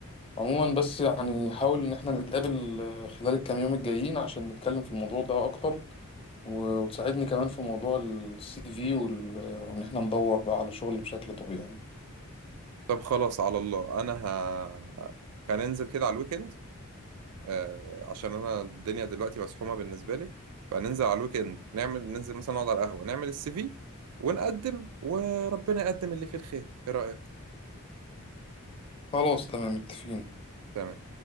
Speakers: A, on the left; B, on the right.
A: عموما بس يعني حاول ان احنا نتقابل آه، خلال الكام يوم الجايين عشان نتكلم في الموضوع ده اكتر و- وتساعدني كمان في موضوع السي في وال... وإن إحنا ندور بقى على شغل بشكل طبيعي
B: طب خلاص على الله انا ه... هننزل كده على الويكند آه، عشان انا الدنيا دلوقتي مسحومه بالنسبه لي فننزل على الويك اند نعمل ننزل مثلا نقعد على القهوه نعمل السي في ونقدم وربنا يقدم اللي فيه الخير ايه رايك
A: خلاص تمام متفقين
B: تمام